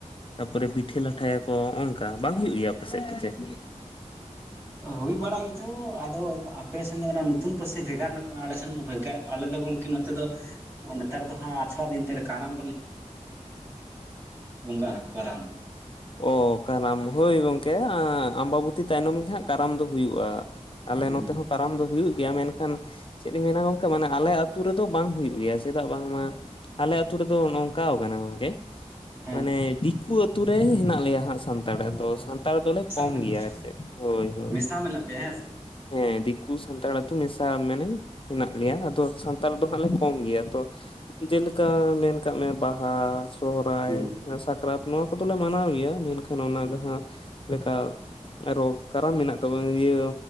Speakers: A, on the left; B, on the right.
A: ᱛᱟᱨᱯᱚᱨᱮ ᱯᱤᱴᱷᱟᱹ ᱞᱟᱴᱷᱟᱭᱟᱠᱚ ᱱᱚᱜ ᱱᱚᱝᱠᱟ ᱵᱟᱝ ᱦᱩᱭᱩᱜ ᱜᱮᱭᱟ ᱟᱯᱮ ᱥᱮᱫ ᱛᱮ ᱪᱮᱫ?
B: ᱦᱩᱭ ᱵᱟᱲᱟᱜ ᱜᱮᱪᱚᱝ ᱟᱫᱚ ᱟᱯᱮ ᱥᱮᱫ ᱫᱚ ᱚᱱᱟ ᱱᱚᱛᱩᱱ ᱯᱟᱹᱨᱥᱤ ᱵᱷᱮᱜᱟᱨ ᱧᱚᱜ ᱠᱟᱱᱟ ᱟᱞᱮ ᱥᱮᱱ ᱟᱞᱮ ᱫᱚ ᱜᱚᱢᱠᱮ ᱱᱚᱛᱮ ᱫᱚ ᱱᱮᱛᱟᱨ ᱫᱚ ᱦᱚᱸ ᱟᱴᱷᱚᱲᱟ ᱫᱤᱱ ᱠᱟᱨᱟᱢ ᱩ <unintelligible> ᱠᱟᱨᱟᱢ
A: ᱚ ᱠᱟᱨᱟᱢ ᱦᱳᱭ ᱜᱚᱝᱠᱮ ᱟᱢᱵᱟᱵᱚᱛᱤ ᱛᱟᱭᱱᱚᱢ ᱜᱮᱸᱦᱟᱜ ᱠᱟᱨᱟᱢ ᱫᱚ ᱦᱩᱭᱩᱜᱼᱟ ᱟᱞᱮ
B: ᱦᱩᱸ
A: ᱱᱚᱛᱮ ᱦᱚᱸ ᱠᱟᱨᱟᱢ ᱫᱚ ᱦᱩᱭᱩᱜ ᱜᱮ ᱜᱮᱭᱟ ᱢᱮᱱᱠᱷᱟᱱ ᱪᱮᱫ ᱤᱧ ᱢᱮᱱᱟ ᱜᱚᱢᱠᱮ ᱢᱟᱱᱮ ᱟᱞᱮ ᱟᱹᱛᱩ ᱨᱮᱫᱚ ᱵᱟᱝ ᱦᱩᱭᱩᱜ ᱜᱮᱭᱟ ᱪᱮᱫᱟᱜ ᱵᱟᱝᱢᱟ ᱟᱞᱮ ᱟᱹᱛᱩ ᱨᱮᱫᱚ ᱱᱚᱝᱠᱟ ᱠᱟᱱᱟ ᱜᱚᱝᱠᱮ
B: ᱦᱮᱸ
A: ᱢᱟᱱᱮ ᱫᱤᱠᱩ ᱟᱛᱩ ᱨᱮ ᱦᱮᱸᱱᱟᱜ ᱞᱮᱭᱟ ᱦᱟᱸ ᱥᱟᱱᱛᱟᱲᱟᱜ
B: ᱚ
A: ᱫᱚ
B: ᱦᱚᱸ
A: ᱥᱟᱱᱛᱟᱲ ᱫᱚᱞᱮ
B: ᱢᱮᱥᱟ
A: ᱠᱚᱢ
B: ᱢᱮᱱᱟᱜ
A: ᱜᱮᱭᱟ
B: ᱯᱮᱭᱟ?
A: ᱟᱨ ᱪᱮᱫ ᱦᱳᱭ ᱦᱳ
B: ᱢᱮᱥᱟ ᱢᱮᱱᱟᱜ ᱯᱮᱭᱟ ᱦᱮᱸ ᱥᱮ?
A: ᱦᱮᱸ ᱫᱤᱠᱩ ᱥᱟᱱᱛᱟᱲ ᱟᱹᱛᱩ ᱢᱮᱥᱟ ᱢᱟᱱᱮ ᱦᱮᱱᱟᱜ ᱞᱮᱭᱟ ᱟᱫᱚ ᱥᱟᱱᱛᱟᱲ ᱫᱚ ᱦᱟᱸᱜ ᱞᱮ ᱠᱚᱢ ᱜᱮᱭᱟ ᱛᱚ ᱪᱮᱫ ᱞᱮᱠᱟ ᱢᱮᱱ ᱠᱟᱜ ᱢᱮ ᱵᱟᱦᱟ ᱥᱚᱦᱨᱟᱭ
B: ᱦᱩᱸ᱾
A: ᱥᱟᱠᱨᱟᱛ ᱱᱚᱣᱟ ᱠᱚᱫᱚᱞᱮ ᱢᱟᱱᱟᱣ ᱜᱮᱭᱟ <unintelligible> ᱚᱱᱟ
B: ᱦᱩᱸ
A: ᱡᱟᱦᱟᱸ ᱞᱮᱠᱟ ᱟᱨᱚ ᱠᱟᱨᱟᱢ ᱢᱮᱱᱟᱜ ᱛᱟᱵᱚᱱᱟ ᱤᱭᱟᱹ